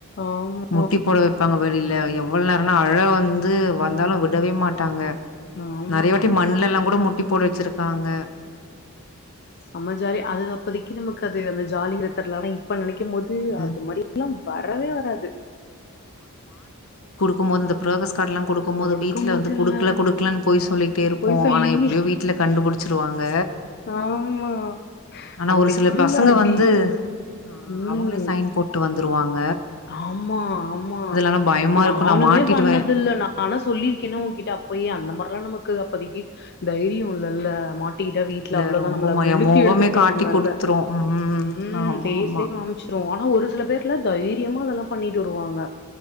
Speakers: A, on the left; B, on the left.
A: ஆமா
B: முட்டி போட வைப்பாங்க வெளியில எவ்ளோ நேரம்னா அழ வந்து வந்தாலும் விடவே மாட்டாங்க
A: ஆமா
B: நெறைய வாட்டி மண்ணல எல்லா கூட முட் முட்டி போட வச்சிருக்காங்க
A: செம்ம ஜாலி அதுக்கு அப்போதைக்கு நமக்கு அது அந்த ஜாலிய இத்தரல ஆனா இப் இப்ப நெனைக்கும் போது அது
B: ம்
A: மாதிரி எல்லா வரவே
B: ஆமா
A: வராது
B: கும்போது அந்த புரோகஸ் கார்டு எல்லா குடுக்கும் போது
A: படுக்கும்
B: வீட்டுல
A: போதுல்ல
B: வந்து குடுக்கல குடுக்கலன்னனு போய் சொல்லிட்டே இருப்போம்
A: பொய் சொல்லி
B: ஆனா எப்படியோ வீட்டுல கண்டுபிடிச்சிருவாங்க
A: ஆமா
B: ஆனா
A: அன்னைக்கு
B: ஒரு சில
A: விழும்ல
B: பசங்க
A: அடி
B: வந்து ஆ
A: ம்
B: அவங்களே சைன் போட்டு வந்துருவாங்
A: ஆமா ஆமா
B: ஆனா பயமா
A: நானுமே
B: இருக்கு நா மாட்டிடுவே
A: பண்ணத இல்ல நானா சொல்லிருக்கேன்னா உங்ககிட்ட அப்பயே அந்த மாதிரிலா நமக்கு அப்போதைக்கு தைரியம்ல்ல மாட் டிக்கிட்டா வீட்டுல
B: இல்ல
A: அவ்வளோதான்
B: ரொம்ப
A: நம்மல
B: ம
A: வெளுத்தி
B: எ மொகமே
A: எடுத்துருவாங்கல்ல
B: காட்டி குடுத்துரு ம்
A: உம்
B: ஆமா
A: ஃபேஸ்லேயே
B: ஆமா
A: காமிச்சிருவோ ஒரு சில பேர்ல தை தைரியமா அதெல்லா பண்ணிட்டு வருவாங்க